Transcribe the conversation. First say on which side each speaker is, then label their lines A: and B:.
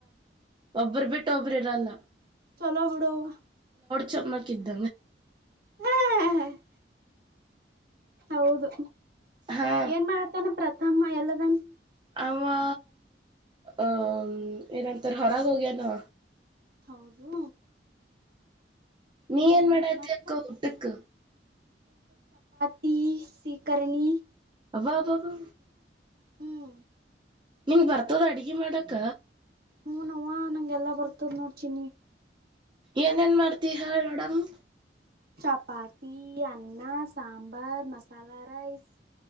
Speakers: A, on the right (about 25°); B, on the right (about 60°).
A: ಒಬ್ಬರು ಬಿಟ್ಟು ಒಬರು ಇರಲ್ಲ.
B: ಚಲೋ ಬಿಡವ್ವ
A: ಚಪ್ ಮಾಡಕ್ಕಿದ್ದ.
B: ಹ್ಹ್ಹ್ಹ್ ಹ್ಹ್ಹ್ಹ್ ಹೌದು.
A: ಹಾ
B: ಏನ್ ಮಾಡತ್ತಾನ ಪ್ರ ತಮ್ಮ ಎಲ್ಲದಾನ.
A: ಅವವ್ವಾ ಆಮ್ ಏನಂತಾರ ಹೊರಗೆ ಹೋಗ್ಯಾನವ.
B: ಹೌದು. ಹ್ಮ್
A: ನಿ ಏನು ಮಾಡಾಕತ್ತಿ
B: ಮತ್ತ
A: ಅಕ್ಕಾ ಊಟಕ್ಕ
B: ತಿ ಸಿಕರ್ಣಿ
A: ಅಬ್ಬಬ್ಬಾ ಹು
B: ಹ್ಮ್
A: ನಿಂಗ ಬರ್ತದ ಅಡಗಿ ಮಾಡಾಕ.
B: ಹುನವ್ವ ನಂಗ ಎಲ್ಲಾ ಬರ್ತದ್ ನೋಡ ಚಿನ್ನಿ
A: ಏನ್ ಏನ್ ಮಾಡತಿ ಹೇಳನೋಡೋಣ
B: ಚಪಾತಿ ಅನ್ನಾ ಸಾಂಬಾರ್ ಮಸಾಲಾ ರೈಸ್.